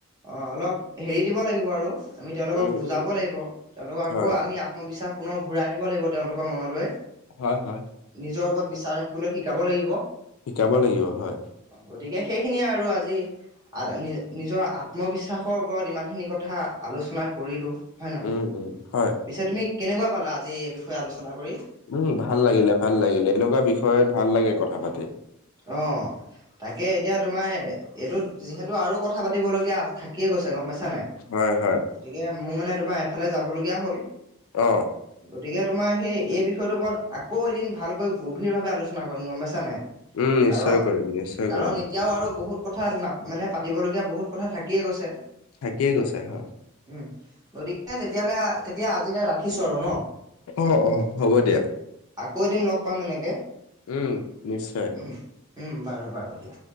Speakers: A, on the right; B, on the left.
A: অঁ অলপ হেৰি দিব লাগিব আৰু আমি তেওঁলোকক
B: উম
A: বুজাব
B: উম
A: লাগিব তেওঁলোকক আকৌ
B: হয়
A: আমি আত্মবিশ্বাস ম্পৰ্ণ ঘূৰাই আনিব লাগিব তেওঁলোকৰ মনলৈ,
B: হয় হয়
A: নিজৰ ওপৰত বিশ্বাস ৰাখিবলৈ শিকাব লাগিব।
B: শিকাব লাগিব হয়।
A: গতিকে সেইখিনিয়ে আৰু আজি। আ নি নিজৰ আত্মবিশ্বাসৰ ওপৰত ইমানখিনি কথা আলোচনা কৰিলোঁ। হয় নহয়
B: উম উম হয়
A: পিছে তুমি কেনেকুৱা পালা আজি এই বিষয়ে আলোচনা কৰি?
B: উম ভাল লাগিলে ভাল লাগিলে এনেকুৱা বিষয়ত ভাল লাগে কথা পাতি।
A: অ'। তাকে এতিয়া তোমাৰ এইটো যিহেতু আৰু কথা পাতিবলগীয়া থাকিয়ে গৈছে গম পাইছা শুনিছা নাই
B: হয় হয়
A: গতিকে মোৰ মানে তোমাৰ এফালে যাবলগীয়া হ'ল।
B: অহ।
A: গতিকে তোমাৰ সেই এই বিষয়টোৰ ওপৰত আকৌ এদিন ভালকৈ গভীৰভাৱে আলোচনা কৰিম গম পাইছা নাই।
B: উম নিশ্চয়
A: কাৰণ,
B: কৰিম নিশ্চয়
A: কাৰণ
B: কৰিম
A: এতিয়াও আৰু বহুত কথা না মানে পাতিবলগীয়া বহুত কথা থাকিয়ে গৈছে।
B: থাকিয়ে গৈছে হয়।
A: উম, গতিকে তেতিয়াহলে তেতিয়া আজিলৈ ৰাখিছো আৰু ন'।
B: অ, অ, হ'ব দিয়া।
A: কৈ দিন লগ পাম এনেকে।
B: উম, নিশ্চয়।
A: উম, বাৰু, বাৰু দিয়া।